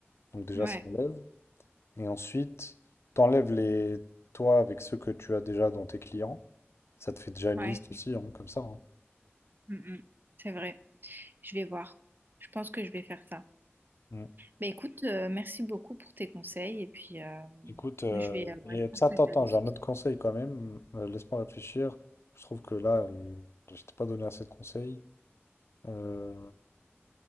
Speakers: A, on the left (about 70°); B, on the right (about 45°).
A: Donc déjà,
B: ouais,
A: ça enlève. Et ensuite, t'enlèves les toi avec ceux que tu as déjà dans tes clients. Ça te fait déjà une
B: ouais.
A: liste aussi, hein, comme ça. hein.
B: Mm, mm. C'est vrai. Je vais voir. Je pense que je vais faire ça.
A: Mm.
B: Bah écoute, euh, merci beaucoup pour tes conseils. Et puis, euh,
A: Écoute, euh,
B: je vais, euh,
A: et
B: ouais, je pense
A: ça, attends,
B: que je vais
A: attends,
B: aller
A: j'ai
B: sur
A: un autre conseil quand même. Euh, laisse-moi réfléchir. Je trouve que là, euh, je t'ai pas donné assez de conseils. Euh,